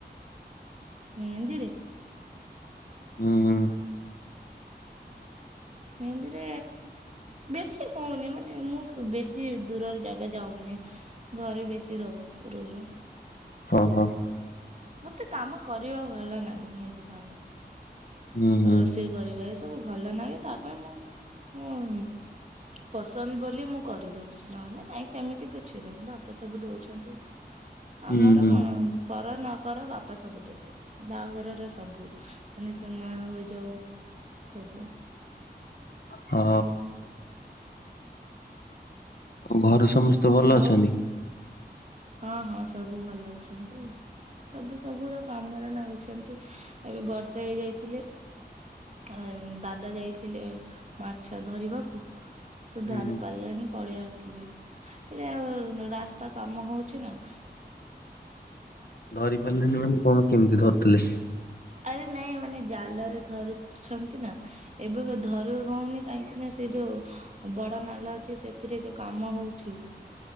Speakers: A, on the right (about 45°); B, on the left (about 65°).
A: ମେହେନ୍ଦିରେ?
B: ହୁଁ ହୁଁ।
A: ମେହେନ୍ଦୀରେ ବେଶୀ ହଉନି ମାନେ ମୁଁ ବେଶୀ ଦୂରରେ ଯା ଯାଉନି ଘରେ ବେଶି ରହୁ ରୁହେ।
B: ଓ ହୋ।
A: ମତେ କାମ କରିବା ଭଲ ନାଗୁନି ମେହେତି କାମ।
B: ହୁଁ ହୁଁ
A: ରୋଷେଇ କରିବା ଏସବୁ ଭଲ ଲାଗେ, ତା ପାଇଁ ମୁଁ ମୁଁ ପସନ୍ଦ ବୋଲି ମୁଁ କରିଦଉଛି ନହେଲେ ନାଇଁ ସେମିତି କିଛି ନାହିଁ ବାପା ସବୁ ଦଉଛନ୍ତି।
B: ହୁଁ
A: ଆମର
B: ହୁଁ
A: କଣ କର ନ କର ବାପା ସବୁ ଦେବେ ବାହାଘରର ସବୁ। ମାନେ ସୁନା ହୋଇଯାଉ ସବୁ।
B: ହଁ। ଆଉ ଘର ସମସ୍ତେ ଭଲ
A: ଆଉ
B: ଅଛନ୍ତି?
A: ହଁ ହଁ ସବୁ ଭଲ ଅଛନ୍ତି। ସବୁ ସବୁର କାମରେ ନାଗୁଛନ୍ତି ଏବେ ବର୍ଷା ହେଇଯାଇଥିଲେ। ଏଇ ଦାଦା ଯାଇଥିଲେ ମାଛ ଧରିବାକୁ। ତ
B: ହୁଁ
A: ଧରି ପାରିଲେଣି ପଳେଇ ଆସିଲେ, ଏଉ ରାସ୍ତା କାମ ହଉ ଛିନା।
B: ଧରି ପାରିଲେନି ମାନେ କଣ କେମିତି ଧରୁଥିଲେ?
A: ଆରେ ନାଇଁ ମାନେ ଜାଲରେ ଧରୁଛନ୍ତି ନା। ଏବେ ଧରୁ ହଉନି କାହିଁକି ନା ସେ ଯୋଉ ବଡ ନାଲ ଅଛି ସେଥିରେ ଯୋଉ କାମ ହଉଛି।